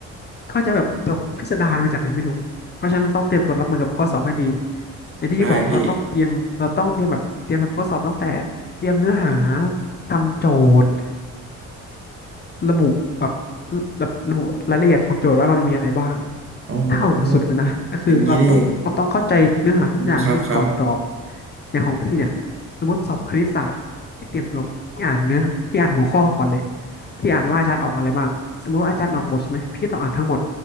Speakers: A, on the left; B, on the right.
A: เขาจะแบบโจทย์พิสดารมาจากไหนไม่รู้เพราะฉะนั้นเราต้องเตรียมตัวรับมือกับข้อสอบให้ดีอย่างที่พี่บอกเราต้องเตรียมเราต้องเตรียมแบบเตรียมทำข้อสอบตั้งแต่
B: ได้พี่
A: เตรียมเนื้อหา ทำโจทย์ ระบุแบบแบบระบุรายละเอียดของโจทย์ว่ามันมีอะไรบ้าง
B: โอ้
A: ถ้าเอาแบบสุดๆเลยนะก็คือเราต้องเราต้องเข้าใจเนื้อหาทุกอย่างที่ก่อนสอบ
B: ออย่างนี้นี่เองอืมครับครับ
A: อย่างของพี่เนี่ยสมมติสอบคณิตศาสตร์พี่เตรียมตัวพี่อ่านเนื้อพี่อ่านหัวข้อก่อนเลยพี่อ่านว่าอาจารย์ออกอะไรบ้างสมมติว่าอาจารย์ออกบทใช่ไหมพี่ต้องอ่านทั้งหมด